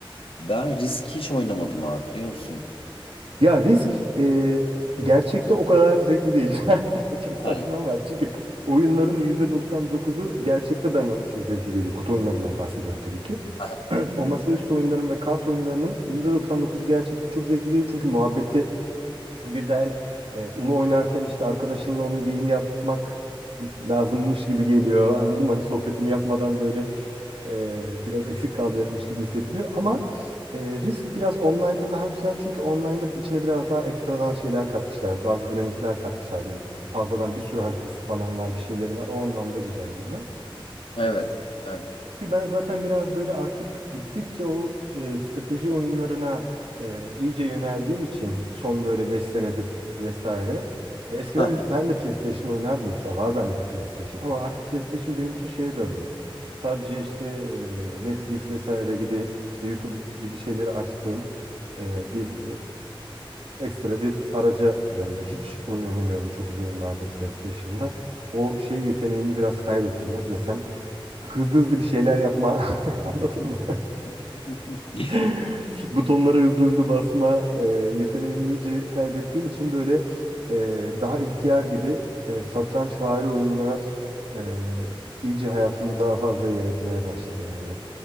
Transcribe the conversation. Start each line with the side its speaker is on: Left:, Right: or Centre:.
Left: Ben Risk hiç oynamadım abi biliyor musun?
Right: Ya risk e, gerçekte o kadar zevkli değil. <laughs> Çok
Left: Ha,
Right: saçma ama çünkü oyunların %99'u gerçekte bana çok zevkli geliyor. Kutu oyunlarından bahsediyorum tabii ki.
Left: ha,
Right: <clears throat> O masaüstü oyunların ve kart oyunlarının %99'u gerçekte çok zevkli geliyor. Çünkü muhabbeti Güzel. E, Uno oynarken işte arkadaşınla onun geyini yapmak lazımmış gibi geliyor. Anladın mı? Hani sohbetini yapmadan böyle e, biraz eksik kalacakmış gibi hissettiriyor. Ama e, risk biraz online'da daha güzel. Çünkü online'da içine biraz daha ekstradan şeyler katmışlar. Bazı dinamikler katmışlar diyeyim. Fazladan bir sürü haritası falan var, bir şeyleri var. O anlamda güzelliği var.
Left: Evet.
Right: E,
Left: Evet.
Right: ki ben zaten biraz böyle artık gittikçe o e, strateji oyunlarına e, iyice yöneldiğim için son böyle 5 senedir vesaire. E, eskiden
Left: Ha, ha.
Right: ben de PlayStation oynardım mesela var bende de PlayStation ama artık PlayStation benim için şeye döndü. Sadece işte e, Netflix vesaire gibi işte YouTube gibi şeyleri açtığım e, bir e, ekstra bir araca döndü. Hiç oyun oynamıyorum çok uzun yıllardır PlayStation'da. O şey yeteneğimi biraz kaybettim nasıl desem hızlı hızlı bir şeyler yapma <laughs> anladın mı?
Left: <laughs>
Right: <laughs> Butonlara hızlı hızlı basma e, yeteneğimi iyice kaybettiğim için böyle e, daha ihtiyar gibi e, satrançvari oyunlar e, iyice hayatımda daha fazla yer etmeye başladı yani.